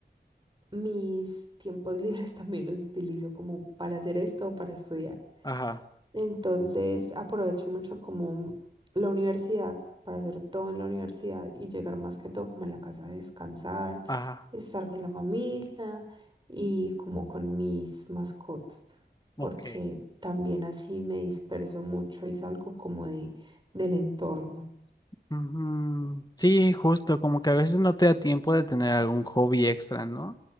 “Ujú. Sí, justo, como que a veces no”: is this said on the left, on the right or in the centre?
Left